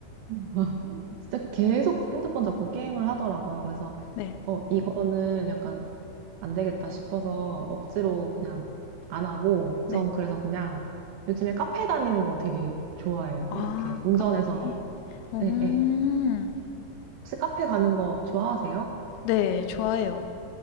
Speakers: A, on the right (about 75°); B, on the left (about 85°).
A: <laughs> 진짜 계속 핸드폰 잡고 게임을 하더라고요. 그래서
B: 네.
A: 어, 이거는 약간 안 되겠다 싶어서 억지로 그냥 안 하고,
B: 네.
A: 전 그래서 그냥 요즘에 카페 다니는 거 되게 좋아해요.
B: 아,
A: 이렇게 운전해서.
B: 카페. 음.
A: 예, 예. 혹시 카페 가는 거 좋아하세요?
B: 네, 좋아요.